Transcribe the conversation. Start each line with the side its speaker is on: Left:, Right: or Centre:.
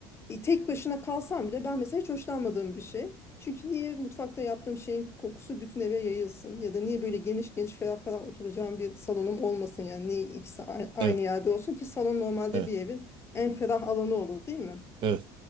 Left: e, Tek başına kalsam bile ben mesela hiç hoşlanmadığım bir şey. Çünkü niye mutfakta yaptığım şeyin kokusu bütün eve yayılsın? Ya da niye böyle geniş geniş ferah ferah oturacağım bir salonum olmasın? Yani niye ikisi a- aynı
Right: evet,
Left: yerde olsun ki salon normalde
Right: evet.
Left: bir evin en ferah alanı olur değil mi?
Right: Evet.